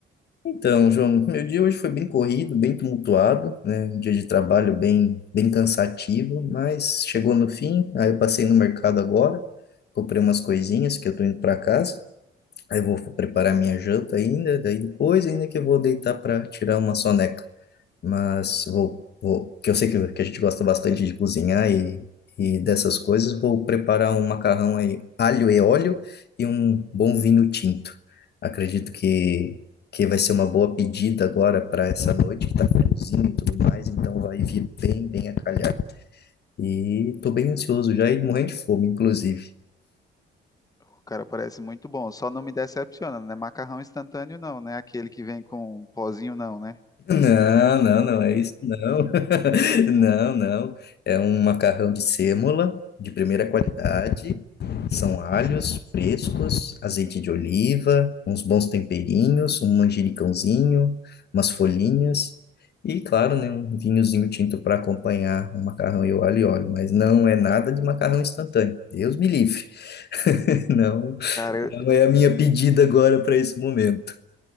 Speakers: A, on the left; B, on the left.
A: Então, João, meu dia hoje foi bem corrido, bem tumultuado, né? Um Dia de trabalho bem, bem cansativo, mas chegou no fim. Aí eu passei no mercado agora, comprei umas coisinhas que eu tô indo para casa. Aí eu vou preparar minha janta ainda, daí depois ainda que eu vou deitar para tirar uma soneca. mas vou, vou que eu sei que, que a gente gosta bastante de cozinhar e, e dessas coisas, vou preparar um macarrão aí, alho e óleo e um bom vinho tinto. Acredito que, que vai ser uma boa pedida agora para essa noite, que tá friozinho e tudo mais, então vai vir bem, bem a calhar. E tô bem ansioso já e morrendo de fome, inclusive.
B: O cara parece muito bom. Só não me decepciona, né? Macarrão instantâneo não, né? Aquele que vem com um pozinho não, né?
A: <laughs> Não, não, não é isso, não. Não, não. É um macarrão de sêmola, de primeira qualidade. São alhos frescos, azeite de oliva, uns bons temperinhos, um manjericãozinho, umas folhinhas e, claro, né, um vinhozinho tinto para acompanhar o macarrão e o alho e óleo. Mas não é nada de macarrão instantâneo. Deus me livre. <laughs> Não,
B: Cara,
A: não é a minha pedida agora para esse momento.